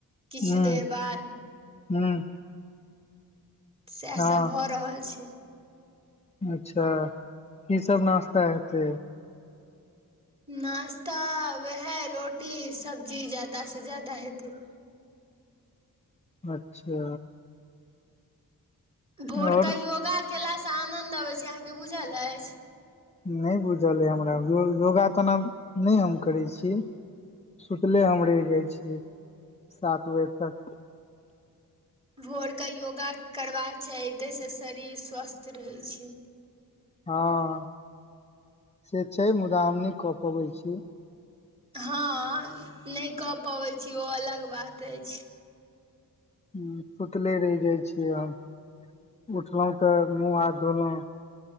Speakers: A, on the right; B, on the left.
A: किछु
B: हूँ
A: देर बाद
B: हूँ
A: सएह सभ
B: हँ
A: भऽ रहल छै
B: अच्छा की सब नाश्ता हेतै
A: नाश्ता वएह रोटी सब्जी जाय सँ ज्यादा हेतै
B: अच्छा
A: भोरक
B: आओर
A: योगा केलासँ आनन्द अबैत छै अहाँके बुझल अएछ
B: नहि बुझल यै हमरा योगा तना नहि हम करै छीय सुतले हम रएहि जाइ छियै सात बजे तक
A: भोरक योगा करबाक चाही ताहिसँ शरीर स्वस्थ रहै छै
B: हँ से छै मुदा हम नहि कऽ पबै छी
A: हँ नहि कऽ पबैत छी ओ अलग बात अछि
B: हं सुतले रहि जाइ छियै हम उठलहुँ तऽ मुँह हाथ धोलौ